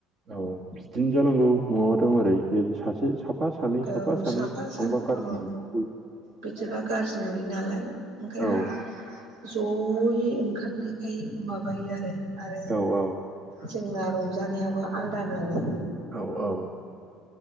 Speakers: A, on the right; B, on the right.
A: औ बिदिनो जानांगौ <unintelligible> दं ओरै बे सासे साफा सानै
B: औ
A: साफा सानै थांबा
B: सानै
A: गाज्रि
B: औ
A: <unintelligible>
B: बिदिबा गाज्रि नुयो नालाय ओंखायनो
A: बयबो औ
B: जयै ओंखारनायखाय माबायो आरो आरो
A: औ औ
B: जोंना रंजानायाबो आलदा नालाय
A: औ औ।